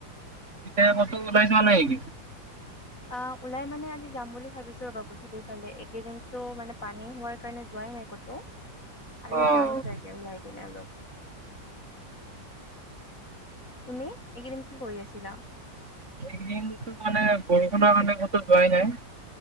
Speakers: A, on the right; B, on the left.
A: এতিয়া কতো ওলাই যোৱা নাই নেকি।
B: অ ওলাই মানে আজি যাম বুলি ভাবিছো ৰবা গধুলিইফালে একেইদিনতো মানে পানী হোৱাৰ, সোৱাৰ কাৰণে যোৱাই নাই ক'তো আজি
A: অ'
B: যাম চাগে ওলাই কিনে অলপ, তুমি এইকেইদিন কি কৰি আছিলা।
A: এইদিনতো মানে বৰষুণৰ কাৰানে কতো যোৱাই নাই।